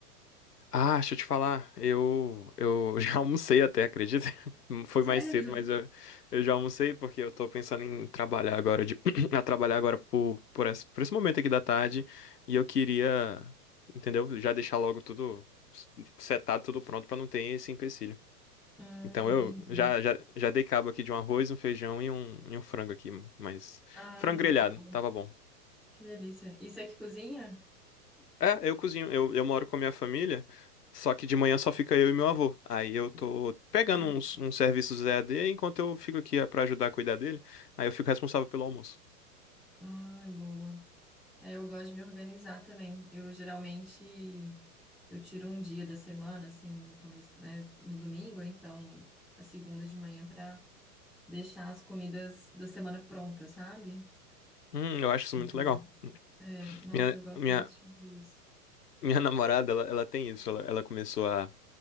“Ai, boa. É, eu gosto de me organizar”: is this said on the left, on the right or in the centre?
Centre